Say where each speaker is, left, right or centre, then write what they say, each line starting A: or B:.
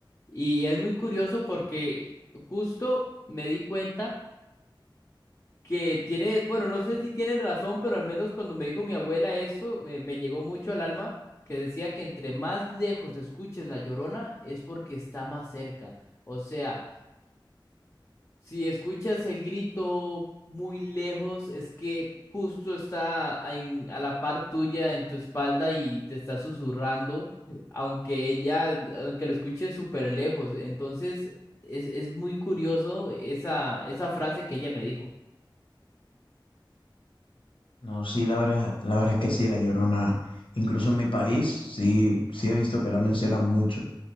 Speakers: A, on the left; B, on the left.
A: Y es muy curioso porque justo me di cuenta que tiene, bueno, no sé si tienen razón, pero al menos cuando me dijo mi abuela eso, me, me llegó mucho al alma, que decía que entre más lejos escuches la llorona es porque está más cerca. O sea... Si escuchas el grito muy lejos, es que justo está a, en- a la par tuya en tu espalda y te está susurrando, aunque ella, aunque lo escuches súper lejos. Entonces, es, es muy curioso esa, esa frase que ella me dijo.
B: No, sí, la verdad, la verdad es que sí, La Llorona, incluso en mi país, sí, sí he visto que la mencionan mucho.